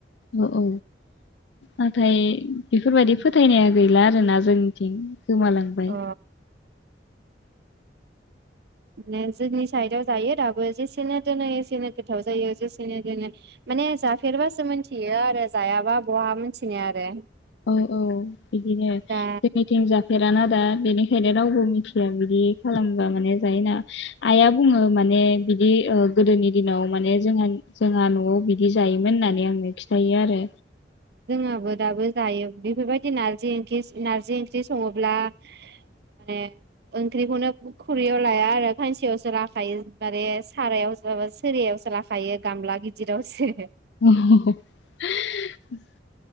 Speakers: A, on the left; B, on the right.
A: औ औ नाथाय बेफोरबादि फोथायनाया गैला आरो ना जोंनिथिं। गोमालांबाय।
B: अ माने जोंनि साइदआव जायो दाबो जेसेनो दोनो एसेनो गोथाव जायो जेसेनो दोनो माने जाफेरबासो मोनथियो आरो जायाबा बहा मोनथिनाया आरो।
A: औ औ बिदिनो
B: दा
A: जोंनिथिं जाफेराना दा। बेनिखायनो रावबो मिथिया बिदि खालामबा माने जायोना आइया बुङो माने बिदि ओ गोदोनि दिनाव माने जोंहानि जोंहा न'आव बिदि जायोमोन होननानै आंनो खिथायो आरो।
B: जोंहाबो दाबो जायो बिफोरबायदि नार्जि ओंखिस नार्जि ओंख्रि संङोब्ला माने ओंख्रिखौनो खुरैयाव लाया आरो खांसेयावसो लाखायो बारे सारायावसो माबा सोरियावसो लाखायो गामला गिदिरावसो।
A: <unintelligible>